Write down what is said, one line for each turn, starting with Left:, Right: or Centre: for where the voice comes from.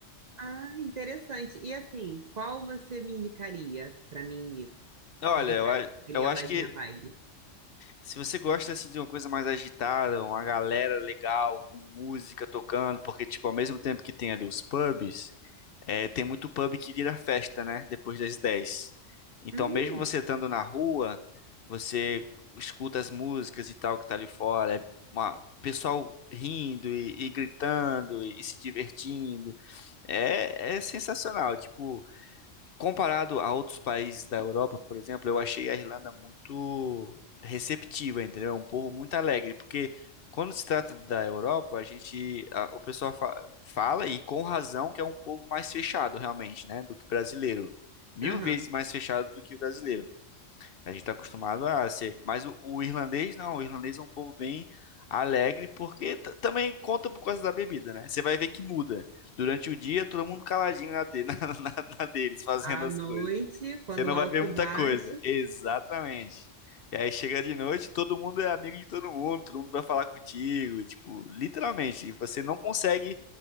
Right: Ah, interessante. E assim, qual você me indicaria para mim ir?
Left: Olha,
Right: Qual você
Left: eu,
Right: acha
Left: a-
Right: que seria
Left: eu acho
Right: mais
Left: que
Right: minha vibe?
Left: se você gosta assim, de uma coisa mais agitada, uma galera legal, com música tocando, porque, tipo, ao mesmo tempo que tem ali os pubs. É, tem muito pub que vira festa, né? Depois das 10. Então,
Right: Hum,
Left: mesmo você estando na rua, você escuta as músicas e tal que tá ali fora. É uma- pessoal rindo e, e gritando e, se divertindo. É, é sensacional. Tipo, comparado a outros países da Europa, por exemplo, eu achei a Irlanda muito receptiva, entendeu? É um povo muito alegre, porque quando se trata da Europa, a gente, a- o pessoal fa- fala, e com razão, que é um povo mais fechado, realmente, né, do que o brasileiro. Mil
Right: aham.
Left: vezes mais fechado do que o brasileiro. A gente está acostumado a ser. Mas o, o irlandês, não. O irlandês é um povo bem alegre, porque t- também conta por causa da bebida, né? Você vai ver que muda. Durante o dia, todo mundo caladinho na, de- <laughs> na na deles, fazendo
Right: À
Left: as
Right: noite,
Left: coisas.
Right: quando
Left: Você não
Right: o álcool
Left: vai ver muita
Right: bate.
Left: coisa. Exatamente. E aí chega de noite, todo mundo é amigo de todo mundo, todo mundo vai falar contigo, e, tipo, literalmente, e você não consegue